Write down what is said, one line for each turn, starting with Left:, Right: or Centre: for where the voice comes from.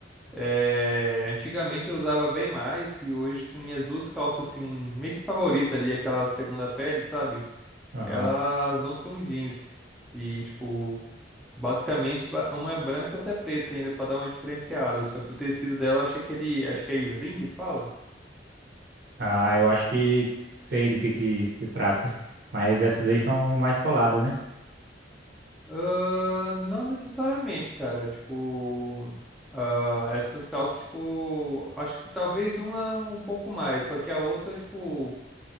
Centre: eh, antigamente eu usava bem mais, e hoje, tipo, minhas duas calças, assim, meio que favorita ali, aquela segunda pele, sabe?
Right: aham.
Centre: Elas não são jeans. E, tipo, Basicamente, ba- uma é branca e outra é preta ainda, pra dar uma diferenciada. Só que o tecido dela, eu acho que é aquele. Acho que é Irling que fala?
Right: Ah, eu acho que sei do que que se trata. Mas essas aí são mais coladas, né?
Centre: Ah, não necessariamente, cara. Tipo, ah, essas calças, tipo, acho que talvez uma um pouco mais, só que a outra, tipo,